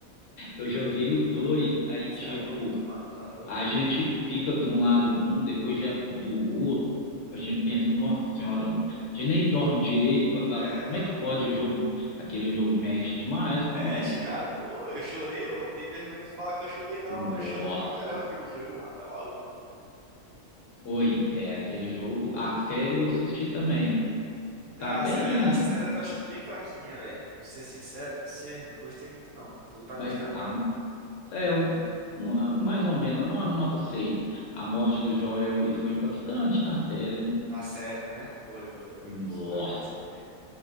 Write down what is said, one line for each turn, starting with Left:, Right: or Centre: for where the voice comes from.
Left: Eu joguei os dois, aí
Right: Você
Left: tipo
Right: é louco, mano. Tá louco
Left: A
Right: o
Left: gente
Right: jogo.
Left: fica de um lado de um, depois já do outro. A gente pensa, nossa senhora, a gente nem dorme direito para falar
Right: É, mano.
Left: como é que pode o jogo. Aquele jogo mexe demais
Right: Mexe,
Left: com.
Right: cara. Pô, eu chorei. Eu não tenho vergonha de falar que eu chorei, não, mano.
Left: Nossa.
Right: Eu chorei pra caramba aquele jogo, mano. Tá maluco.
Left: Oi, é aquele jogo. A série eu assisti também.
Right: Ah,
Left: Tá bem,
Right: a série, a série eu tô achando bem fraquinha, velho. Pra ser sincero pra você, eu não gostei muito, não. Tu tá gostando,
Left: mas a,
Right: não?
Left: é uma- mais ou menos, não, na nota seis A morte do Joel ali foi impactante na série, né?
Right: A série, né? Foi, foi, foi.
Left: Nossa.
Right: Souberam fazer bem.